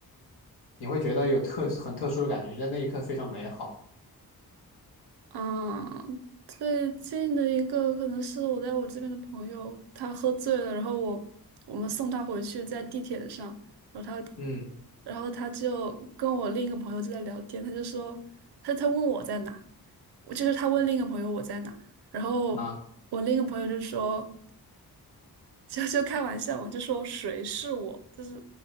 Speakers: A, on the left; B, on the right.
A: 你会觉得有特很特殊的感觉，在那一刻非常美好。
B: 嗯，最近的一个可能是我在我这边的朋友，他喝醉了，然后我我们送他回去，在地铁上，然后他，
A: 嗯
B: 然后他就跟我另一个朋友就在聊天，他就说他他问我在哪，我就是他问另一个朋友我在哪，然后我另一个朋友就说。
A: 啊
B: 就就开玩笑嘛，就说谁是我，就是